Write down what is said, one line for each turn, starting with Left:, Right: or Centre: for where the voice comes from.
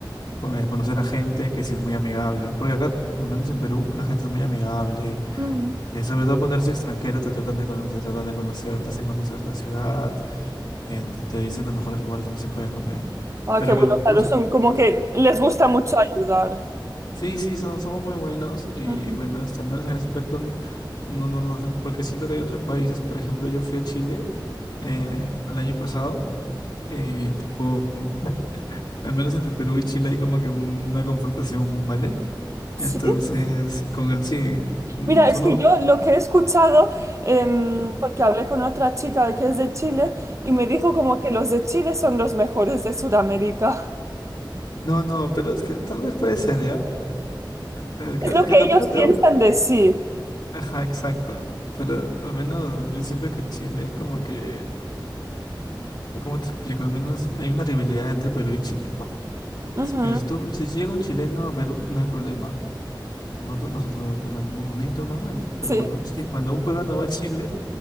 Left: co- eh, conocer a gente que sí es muy amigable. Porque acá, al menos en Perú, la gente es muy amigable.
Right: Ujú.
Left: eh, sobre todo cuando eres extranjero, te tratan de, cono- te tratan de conocer, te hacen conocer la ciudad, eh, te, te dicen los mejores lugares donde se puede comer.
Right: Ah,
Left: Pero
Right: qué bueno,
Left: bueno,
Right: claro,
Left: Cusco.
Right: son como que les gusta mucho ayudar.
Left: Sí, sí, son, somos muy buenos y
Right: Ujú.
Left: bueno, este, al menos en ese aspecto, n- no, no, no, porque siento que hay otros países, por ejemplo, yo fui a Chile eh, el año pasado y tipo, <laughs> al menos entre Perú y Chile hay como que una confrontación, ¿vale?
Right: Sí.
Left: Entonces, con el sí, mm,
Right: Mira,
Left: tú
Right: es
Left: no,
Right: que yo lo que he escuchado, em, porque hablé con otra chica que es de Chile y me dijo como que los de Chile son los mejores de Sudamérica.
Left: no, no, pero es que tal vez puede ser, ¿ya? Es que,
Right: Es
Left: es
Right: lo
Left: que
Right: que
Left: tampoco
Right: ellos
Left: te...
Right: piensan de sí.
Left: Ajá, exacto. Pero al menos yo siento que Chile es como que, ¿cómo te explico? Al menos hay una rivalidad entre Perú y Chile.
Right: Ujú,
Left: s- Mira, si tú, si llega un chileno a Perú, no hay problema. Nosotros los, los, los hablamos bonito, normal. Pero
Right: Sí,
Left: cuando un, chi- cuando un peruano va a Chile,